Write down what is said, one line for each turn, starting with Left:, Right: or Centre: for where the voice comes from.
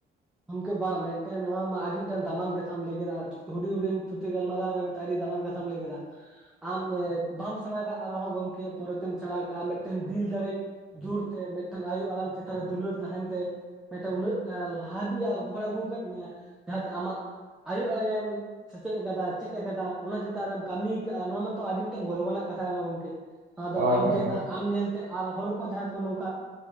Centre: ᱜᱚᱢᱠᱮ ᱵᱟᱝ ᱢᱤᱫᱴᱮᱱ ᱱᱚᱣᱟ ᱢᱟ ᱟᱹᱰᱤ ᱢᱤᱫᱴᱟᱝ ᱫᱟᱢᱟᱱ ᱠᱟᱛᱷᱟᱢ ᱞᱟᱹᱭ ᱠᱮᱫᱟ ᱦᱩᱰᱤᱧ ᱦᱩᱰᱤᱧ ᱛᱷᱩᱛᱤ ᱜᱟᱞᱢᱟᱨᱟᱣ ᱨᱮ ᱛᱮ ᱟᱰᱤ ᱫᱟᱢᱟᱱ ᱠᱟᱛᱷᱟᱢ ᱞᱟᱹᱭ ᱠᱮᱫᱟ ᱟᱢ ᱵᱟᱢ ᱥᱮᱬᱟ ᱠᱟᱜ ᱟᱨᱦᱚᱸ ᱜᱚᱢᱠᱮ ᱯᱚᱨᱮᱛᱮᱢ ᱥᱮᱬᱟ ᱠᱟᱜᱼᱟ ᱢᱤᱫᱴᱮᱱ ᱫᱤᱞ ᱫᱟᱲᱮ ᱡᱳᱨᱛᱮ ᱢᱤᱫᱴᱟᱝ ᱟᱭᱳ ᱟᱲᱟᱝ ᱪᱮᱛᱟᱱ ᱨᱮ ᱫᱩᱞᱟᱹᱲ ᱛᱟᱦᱮᱱ ᱛᱮ ᱢᱤᱫᱴᱟᱝ ᱩᱱᱟᱹᱜ ᱦᱟᱹᱵᱤᱡ ᱟ ᱜᱚᱦᱚᱲ ᱟᱹᱜᱩ ᱟᱠᱟᱫ ᱢᱮᱭᱟ ᱡᱟᱦᱟᱸᱛᱮ ᱟᱢᱟᱜ ᱟᱭᱳ ᱟᱲᱟᱝᱮᱢ ᱥᱮᱪᱮᱫ ᱠᱟᱫᱟ ᱪᱮᱫ ᱟᱠᱟᱫᱟᱢ ᱚᱱᱟ ᱪᱮᱛᱟᱱ ᱨᱮᱢ ᱠᱟᱹᱢᱤ ᱠᱟᱜᱼᱟ ᱱᱚᱣᱟ ᱢᱟᱛᱚ ᱟᱹᱰᱤ ᱢᱤᱫᱴᱟᱝ ᱜᱚᱨᱚᱵᱱᱟᱜ ᱠᱟᱛᱷᱟ ᱠᱟᱱᱟ ᱜᱚᱝᱠᱮ ᱟᱫᱚ
Right: ᱦᱳᱭ
Centre: ᱟᱢ
Right: ᱦᱳᱭ
Centre: ᱪᱮᱫᱟᱜ
Right: ᱦᱳᱭ
Centre: ᱟᱢ ᱧᱮᱞ ᱟᱨ ᱦᱚᱲ ᱠᱚ ᱡᱟᱦᱟᱸᱭ ᱠᱚ ᱱᱚᱝᱠᱟ